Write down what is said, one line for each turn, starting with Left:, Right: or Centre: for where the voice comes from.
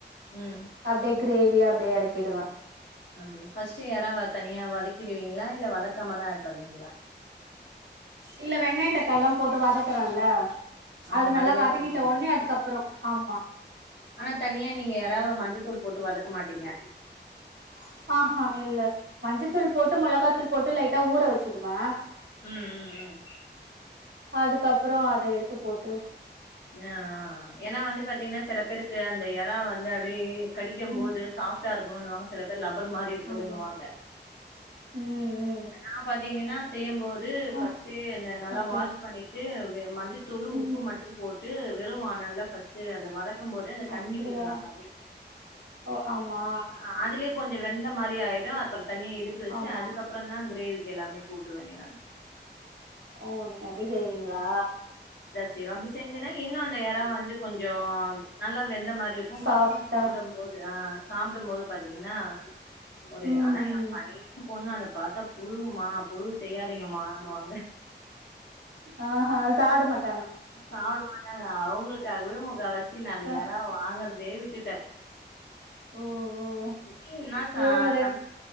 Left: ம்
Right: அப்டியே கிரேவியா அப்டியே எறக்கிடுவே
Left: அப்டியா ஃபஸ்ட்டு எறாவ தனியா வதக்கிடுவீங்ளா இல்ல வதக்காமதா ஆட் பண்ணுவீங்ளா
Right: இல்ல வெங்காய தக்காளிலா போட்டு வதக்குறன்ல
Left: ம்
Right: அது நல்லா
Left: அதுலயே
Right: வதங்கிட்ட
Left: வதக்கிடுவீங்க
Right: ஒட்னே அதுக்கப்றோ ஆமா
Left: ஆனா தனியா நீங்க எறாவ மஞ்சத்தூள் போட்டு வதக்க மாட்டீங்க
Right: <inaudible> ஆ ஹா இல்ல மஞ்சத்தூள் போட்டு மொளகாத் தூள் போட்டு லைட்டா ஊற வச்சுடுவே
Left: ம் ம் ம்
Right: அதுக்கப்ற அத எடுத்து போட்டு
Left: ஆ ஆ ஏனா வந்து பாத்தீங்கனா செல பேருக்கு அந்த எறா வந்து அப்டியே கடிக்கும்
Right: ம்
Left: போது சாஃப் ட்டா இருக்கனுனு வாங்க சில பேர் லப்பர் மாரி இருக்குதுன்னுவாங்க
Right: ஆமா ம் ம்
Left: நா பாத்தீங்கனா செய்யம்போது ஃபஸ்ட்டே
Right: ஆ
Left: அந்த நல்லா
Right: ஓகே
Left: வாஷ் பண்ணிட்டு வெ மஞ்சத் தூளு
Right: ம்
Left: உப்பு மட்டும் போட்டு வெறு வாணல்ல ஃபஸ்ட்டு அத வதக் க்கும் போது அந்த
Right: அப்படியா
Left: தண்ணி விட்றணு அதுவாவே
Right: ஓ ஆமா
Left: அ அதுலே கொஞ்ச வெந்த மாரி ஆயிடு அப்பற தண்ணிய எடுத்து வச்சுட்டு
Right: ஆமா
Left: அதுக்கப் அப்றந்தா கிரேவிக்கு எல்லாமே கூட்டுவனே நானு
Right: ஓ நீங்க அப்டி செய்வீங்ளா
Left: கி செய்வே அப்டி செஞ்சனா இன்னு அந்த எறா வந்து கொஞ்ச நல்லா வெந்த மாரி இருக்கு
Right: சாஃப்டா
Left: பசங்க சாப்ட போது ஆ சாப்டம் போது பாத்தீங்கனா ஒரு
Right: ம்
Left: ஆனா
Right: ம்
Left: எ பைய பொண்ணு அத பாத்தா புழுமா புழு செய்யாதீங்கமானுவாங்க
Right: ஆ ஹா சாப்ட மாட்
Left: சாப்ட மாட்டாங்க அவுங்களுக்காகவே முக்காவாசி நா அந்த
Right: அ
Left: எறாவ வாங்கற்தே விட்டுட்டே
Right: ஓ ஓ
Left: புக்கிங் இன்னா சா
Right: இவங்க ரெண்
Left: தம்